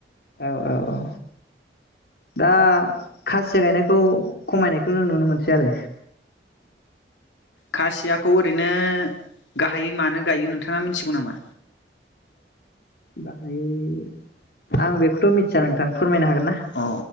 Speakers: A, on the left; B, on the left.
A: औ औ औ दा खासिया गायनायखौ खमायनायखौ नों नुनो मोनसै आरो
B: खासियाखौ ओरैनो गाहायै मानो गायो नोंथाङा मिथिगौ नामा?
A: बाहाय आं बेखौथ' मिथि थिया नोंथां फोरमायनो हागोन ना
B: अ